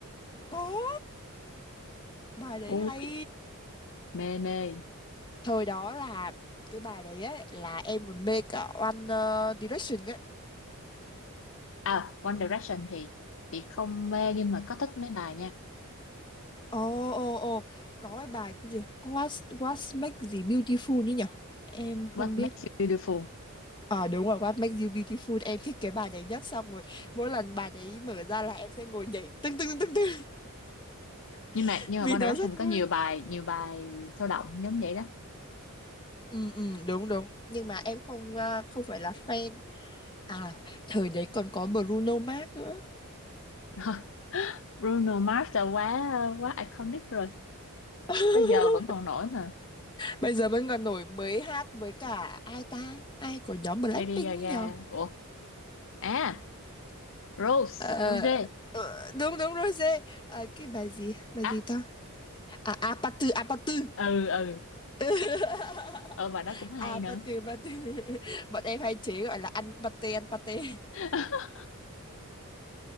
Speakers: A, on the left; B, on the left.
A: Có, bài đấy
B: ui
A: hay.
B: mê mê
A: Thời đó là cái bài đấy ấy là em còn mê cả One ờ, Direction ấy.
B: à One Direction thì chị không mê nhưng mà có thích mấy bài nha
A: Ồ ồ ồ, có cái bài cái gì? What What make gì Beautiful ấy nhỉ? Em
B: What
A: không biết.
B: Makes You Beautiful
A: Ờ đúng rồi, What Makes You Beautiful. Em thích cái bài đấy nhất xong rồi mỗi lần bài đấy mở ra là em sẽ ngồi nhảy tưng tưng tưng tưng
B: nhưng mà
A: <laughs>
B: nhưng
A: vì
B: mà One
A: nó
B: Direction
A: rất
B: có
A: vui.
B: nhiều bài nhiều bài sôi động giống vậy đó
A: Ừ, ừ, đúng đúng. nhưng mà em không à, không phải là fan à thời đấy còn có Bruno Mars nữa
B: <laughs> Bruno Mars là quá quá iconic rồi
A: <laughs>
B: tới giờ vẫn còn nổi mà
A: bây giờ vẫn còn nổi mới hát với cả ai ta ai của nhóm Blackpink
B: Lady Gaga
A: ấy nhờ
B: ủa à Rose
A: Ờ,
B: Rose
A: ờ, đúng đúng Rosé Ờ, cái bài gì bài
B: Act
A: gì ta à Apatu Apatu
B: ừ ừ
A: <laughs>
B: ờ bài đó cũng hay
A: Apatu
B: nữa
A: Apatu <laughs> bọn em hay chế gọi là ăn pate ăn pate
B: <laughs>